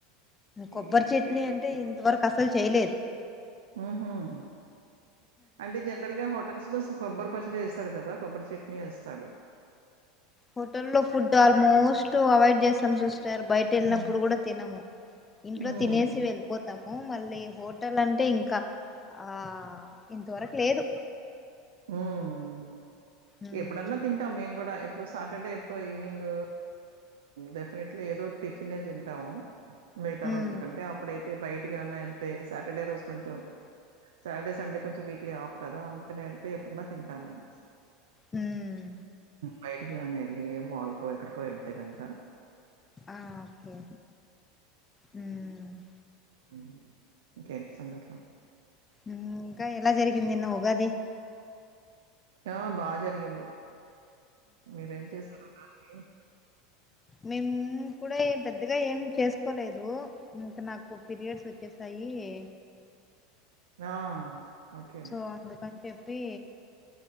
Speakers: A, on the left (about 20°); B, on the right (about 65°).
A: కొబ్బరి
B: ఈ- ఇడ్లీలోకి
A: చట్నీ అంటే ఇంతవర్క్ అస్సల్ చేలేదు
B: ఉహ్మ్ అంటే జనరాల్గా హోటల్స్ లో కొబ్బరి పచ్చడి ఏస్తాడు కదా కొబ్బరి చట్నీ ఏస్తాడు
A: హోటల్ లో ఫుడ్ ఆల్మోస్ట్ అవాయిడ్ జేస్తాం సిస్టర్ బయట ఏళ్ళినప్పుడు
B: హ్మ్.
A: గూడా తినము ఇంట్లో
B: హ్మ్.
A: తినేసి వెళ్ళిపోతాం మళ్ళీ హోటల్ అంటే ఇంకా ఆ ఇంతవర్కి లేదు
B: మ్మ్
A: ఉమ్
B: ఎప్పుడన్నా తింటాం మేము గూడా ఏప్పుడు సాటర్డే ఎప్పుడో ఈవినింగు డెఫినెట్లీ ఏదో ఒక టిఫినే తింటాము మిగతా
A: ఉమ్
B: రోజులకంటే అప్పుడైతే బైటికేవాన్నా ఏళ్తే సాటర్డే రోజు కొంచం సాటర్డే సండే కొంచెం వీక్లీ ఆఫ్ కదా అ కేన్ళ్తే ఎప్పుడన్నా తింటామ్ మేం
A: మ్మ్
B: బయటకేవన్నా ఏళ్ళి మాల్కో ఎక్కడికో వెళ్తే గనకా
A: ఆ ఓకే మ్మ్
B: మ్మ్ ఇంకేంటి సంఘటలా
A: మ్మ్ ఇంకా ఎలా జరిగింది నిన్న ఉగాది
B: ఆ బా జరిగింది మీరేం చేశారు ఉగాదికి
A: మేమ్ కూడా ఏం పెద్దగా ఏం చేస్కోలేదు ఇంకా నాకు పీరియడ్స్ ఓచ్చేసాయి ఏ
B: ఆ ఓకే.
A: సో అందుకని చెప్పి